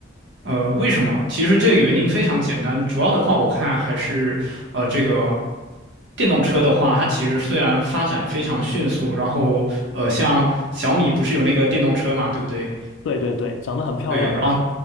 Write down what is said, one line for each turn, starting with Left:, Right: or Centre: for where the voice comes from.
Right: 呃，为什么？其实这个原因非常简单，主要的话我看还是，呃，这个电动车的话，它其实虽然发展非常迅速，然后呃，像小米不是有那个电动车嘛，对不对？
Left: 对对对，长得很漂亮哎。
Right: 对，然后